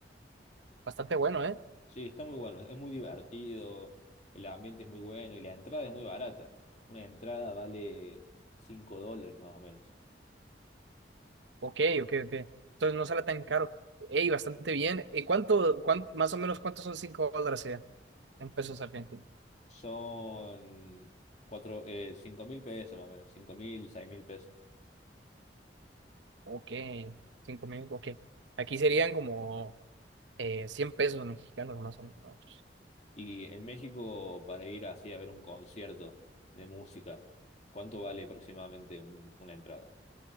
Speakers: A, on the right; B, on the left.
A: Bastante bueno, ¿eh?
B: Sí, está muy bueno, es muy divertido, el ambiente es muy bueno y la entrada es muy barata. Una entrada vale 5 dólares más o menos.
A: Ok, ok, ok. Entonces no sale tan caro. Ey, bastante bien. ¿Y cuánto, cuánto, más o menos cuántos son cinco dólares eh, en pesos argentinos?
B: Son cuatro, eh, 5 mil pesos más o menos, cinco mil, seis mil pesos.
A: Ok, cinco mil, ok. Aquí serían como eh, 100 pesos mexicanos, más o menos.
B: Y en México, para ir así a ver un concierto de música, ¿cuánto vale aproximadamente un- una entrada?